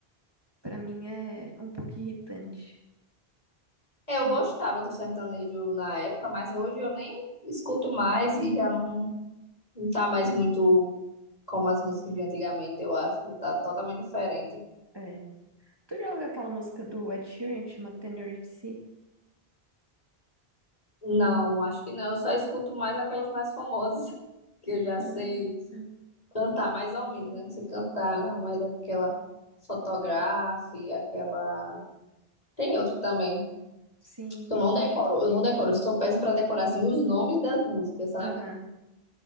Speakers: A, on the right; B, on the left.
A: Pra mim é um pouco irritante.
B: É, eu
A: Hum.
B: gostava do sertanejo na época, mas hoje eu nem escuto mais e já não Não tá mais muito como as músicas de antigamente, eu acho. Tá totalmente diferente.
A: É. Tu já ouviu aquela música do Ed Sheeran que chama Tenerife? Sea?
B: Não, acho que não. Eu só escuto mais aquelas mais famosas, <laughs> que eu já
A: Ah,
B: sei
A: sim.
B: cantar mais ou menos, né? Não sei cantar, não, mas aquela fotografe, aquela. Tem outra também.
A: Sim.
B: Eu não decoro, eu não decoro. Eu sou péssima pra decorar, assim, os nomes das músicas, sabe?
A: Aham.